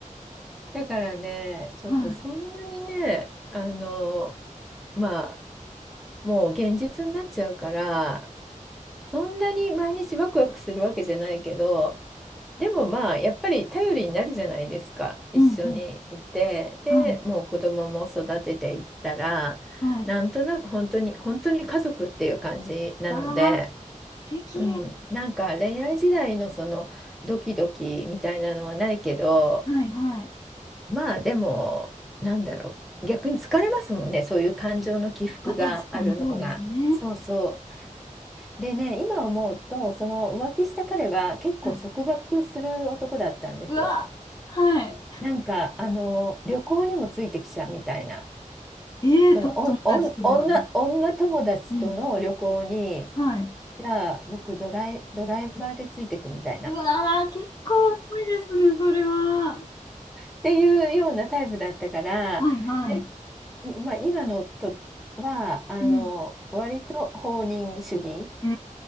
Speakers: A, in the centre; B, on the left.
A: だからね、ちょっとそんなにね、
B: はい。
A: あの、まあ、もう現実になっちゃうから、そんなに毎日ワクワクするわけじゃないけど、でもまあ、やっぱり頼りになるじゃないですか。一緒にいて。
B: うんうん。
A: で、
B: はい。
A: もう子供も育てていったら、
B: はい。
A: なんとなく本当に、本当に家族っていう感じなので、
B: ああ、素敵。
A: うん、なんか恋愛時代のそのドキドキみたいなのはないけど
B: はいはい。
A: まあでもなんだろう逆に疲れますもんねそういう感情の起伏があるのが。
B: まあ確かにそうですね。
A: そうそうでね今思うとその浮気した彼は結構束縛する男だったんですよ。
B: はい。うわ、はい。
A: なんかあの旅行にもついてきちゃうみたいな
B: ええと、
A: そのおお女、
B: 友達ととかに
A: 女友達との旅行に
B: うん。はい。
A: じゃあ僕ドライ、ドライバーでついてくみたいな。
B: うわー、結構重いですね、それは。
A: っていうようなタイプだったから、
B: はいはい。
A: で、いまあ、今の夫はあの割と放任主義
B: うん。うー